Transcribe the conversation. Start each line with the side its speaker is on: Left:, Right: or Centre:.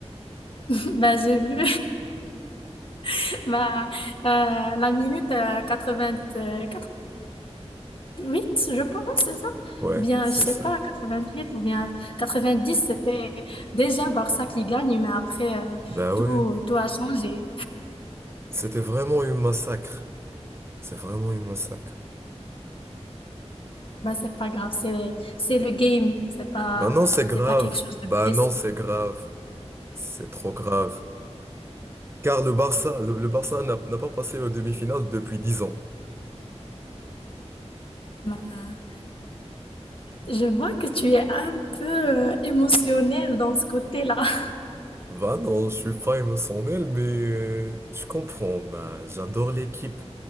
Left: <laughs> Bah, j'ai vu <laughs> bah, euh, la minute euh, 80, euh, Huit, je pense, c'est ça?
Right: Ouais,
Left: Bien,
Right: c'est
Left: je sais
Right: ça.
Left: pas, 88 ou bien 90, c'était déjà Barça qui gagne, mais après, euh,
Right: Ben ouais,
Left: tout, tout a changé.
Right: c'était vraiment une massacre. C'est vraiment une massacre.
Left: Bah, c'est pas grave, c'est, c'est le game, c'est pas,
Right: Ben non, c'est grave.
Left: c'est pas quelque chose de
Right: Ben
Left: précis.
Right: non, c'est grave. C'est trop grave. Car le Barça, le, le Barça n'a n'a pas passé aux demi-finales depuis 10 ans.
Left: Bah, je vois que tu es un peu euh, émotionnel dans ce côté-là. <laughs>
Right: Ben non, je suis pas émotionnel, mais euh, tu comprends. Ben, j'adore l'équipe.